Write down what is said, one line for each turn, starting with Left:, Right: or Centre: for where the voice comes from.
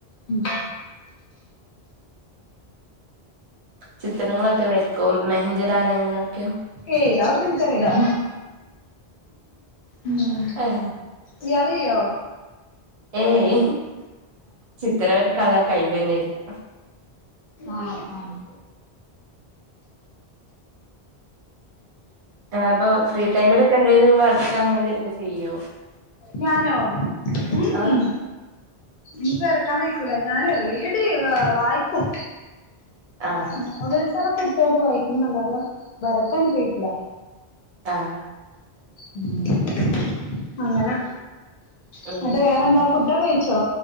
Left: ഉം.
Right: ചിത്രങ്ങളൊക്കെ വെര്ക്കും മെഹന്തിടാനങ്ങനെയൊക്കെ.
Left: ഏയ് അവൊന്നിൻക്കറീലാ ഉം.
Right: ആഹ്
Left: ഇയാളെയ്യോ?
Right: ഏയ് ചിത്രവരക്കാള <unintelligible>
Left: ആഹ് ആഹ്.
Right: ടാബൊ ഫ്രീ ടൈമിലൊക്കെന്തേലും വർക്കങ്ങനെന്തെലൊക്കെ ചെയ്യോ?
Left: ഞാനോ ഇം
Right: ആഹ്
Left: ഇം. ഇൻക്ക് വരക്കാവൈക്കൂല ഞാൻ റീഡെയ്യും വായിക്കും
Right: ആഹ്
Left: നോവൽസേളൊക്കെ എടുത്തോടെ വായിക്കുംല്ലാതെ വരക്കാനുപയോഗിക്കൂല്ല
Right: ആഹ്
Left: ഉം അങ്ങനെ
Right: ഉം
Left: എന്നിട്ട് വേറെന്താ ഫുഡോക്കെ കഴിച്ചോ